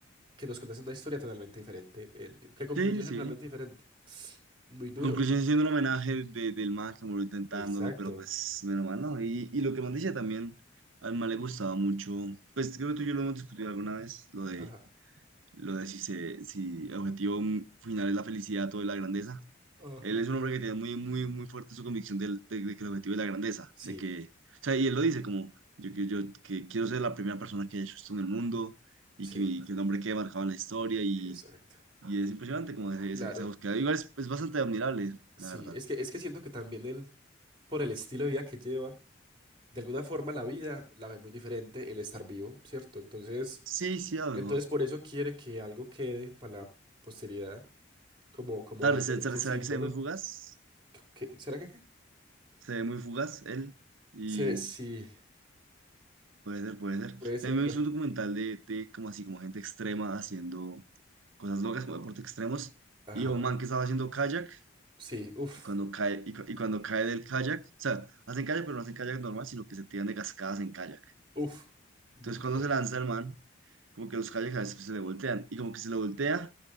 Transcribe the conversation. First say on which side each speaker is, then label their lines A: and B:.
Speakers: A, on the right; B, on the right.
A: que nos contase una historia totalmente diferente, eh, que concluyese
B: Sí, sí.
A: totalmente diferente. Muy duro.
B: Conclusión siendo un homenaje de- del man que murió intentándolo,
A: Exacto.
B: pero pues menos mal, ¿no? Y, y lo que más decía también, al man le gustaba mucho, pues creo que tú y yo lo hemos discutido alguna vez, lo de,
A: Ajá.
B: lo de si, se, si el objetivo final es la felicidad o la grandeza.
A: Ajá.
B: Él es un hombre que tiene muy, muy, muy fuerte su convicción del- de, de que el objetivo es la grandeza,
A: Sí.
B: de que, o sea, y él lo dice como, yo, yo, yo que quiero ser la primera persona que haya hecho esto en el mundo y
A: Sí,
B: que, mi- que el hombre que marcaba en la historia y,
A: exacto.
B: y es impresionante como ese-
A: Claro,
B: ese- esa búsqueda. Igual es, es bastante admirable,
A: sí,
B: la verdad.
A: es que, es que siento que también él, por el estilo de vida que lleva, de alguna forma la vida la ve muy diferente el estar vivo, ¿cierto? Entonces,
B: Sí, sí, a lo
A: entonces
B: mejor.
A: por eso quiere que algo quede para la posteridad, como, como
B: Tal
A: ese,
B: vez, ¿será,
A: ese
B: será
A: símbolo.
B: que se ve muy fugaz?
A: ¿Qué- ¿será que qué?
B: Se ve muy fugaz él y
A: Se- sí,
B: puede ser, puede ser.
A: puede ser,
B: También
A: no.
B: me hice un documental de, de como así, como gente extrema haciendo cosas locas, como deportes extremos.
A: Ajá,
B: Y un man que estaba haciendo kayak
A: sí, uff,
B: cuando cae, y, cu- y cuando cae del kayak, o sea, hacen kayak, pero no hacen kayak normal, sino que se tiran de cascadas en kayak.
A: uff, muy
B: Entonces,
A: duro.
B: cuando se lanza el man, como que los kayaks a veces se le voltean, y como que se le voltea